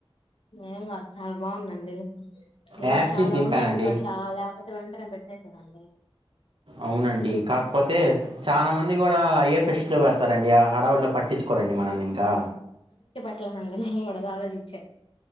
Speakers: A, on the left (about 70°); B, on the right (about 65°).
A: ఏం కాదు చాలా బావుందండి. ఈరోజు
B: యాస్టీస్
A: చాలా
B: దింపానండి
A: ఉన్నాయని బట్లు ఆ లేపోతే తే వెంటనే పెట్టేద్దునండి.
B: అవునండి కాకపోతే చానా మంది కూడా అయ్యే ఫెస్ట్ లో పెడతారండి ఆ హడావిడిలో పట్ ట్టించుకోరండి మనల్ని ఇంకా.
A: ఎట్లా హ్యాండిల్ హి వాడు అదే ఆలోచిచ్చే